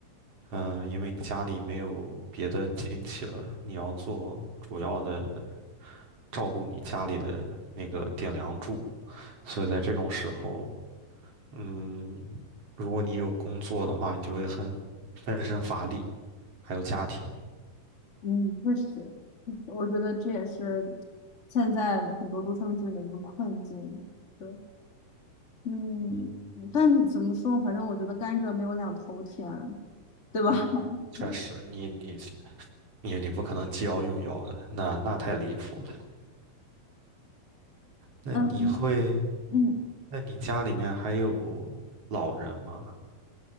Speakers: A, on the right (about 45°); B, on the left (about 20°).
A: 嗯、因为你家里没有别的亲戚了，你要做主要的照顾你家里的那个顶梁柱，所以在这种时候。嗯，如果你有工作的话，你就会很分身乏力，还有家庭。
B: 嗯，确实，我觉得这也是现在很多独生子女的一个困境。对。嗯，
A: 嗯，
B: 嗯但怎么说，反正我觉得甘蔗没有两头甜，对吧？
A: 嗯，
B: <laughs>
A: 确实，
B: 嗯
A: 你你你你不可能既要又要的，那那太离谱了。那你会，
B: 嗯嗯
A: 那你家里面还有老人吗？